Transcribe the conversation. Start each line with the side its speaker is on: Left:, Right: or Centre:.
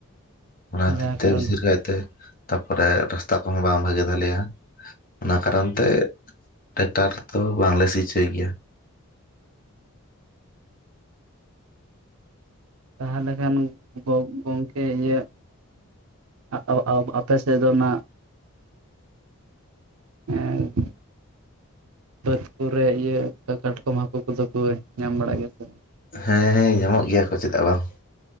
Left: ᱚᱱᱟ ᱠᱷᱟᱹᱛᱤᱨ
Right: ᱡᱟᱦᱟᱸ ᱠᱟᱨᱚᱱ
Left: ᱛᱮ ᱵᱤᱰᱤᱨ ᱠᱟᱭᱛᱮ ᱛᱟᱯᱚᱨᱮ ᱨᱟᱥᱛᱟ ᱠᱚᱦᱚᱸ ᱵᱟᱝ ᱵᱷᱟᱜᱮ ᱛᱟᱞᱮᱭᱟ᱾ ᱚᱱᱟ ᱠᱟᱨᱚᱱ ᱛᱮ, ᱴᱮᱠᱴᱟᱨ ᱫᱚ ᱵᱟᱝᱞᱮ ᱥᱤ ᱦᱚᱪᱚᱭ ᱜᱮᱭᱟ᱾
Right: ᱛᱟᱦᱚᱞᱮ ᱠᱷᱟᱱ ᱜᱚ ᱜᱚᱝ ᱠᱮ ᱤᱭᱟᱹ, <unintelligible> ᱟᱯᱮ ᱥᱮᱫ ᱫᱚ ᱚᱱᱟ <inaudible> ᱵᱟᱹᱫᱽ ᱠᱚᱨᱮ ᱤᱭᱟᱹ ᱚᱝᱠᱟ ᱠᱟᱴᱠᱚᱢ ᱦᱟᱹᱠᱩ ᱠᱚᱫᱚ ᱠᱚ ᱧᱟᱢ ᱵᱟᱲᱟᱜ ᱜᱮᱭᱟ ᱥᱮ ᱵᱟᱝ?
Left: ᱦᱮᱸ ᱦᱮᱸ ᱧᱟᱢᱚᱜ ᱜᱮᱭᱟ ᱠᱚ ᱪᱮᱫᱟᱜ ᱵᱟᱝ᱾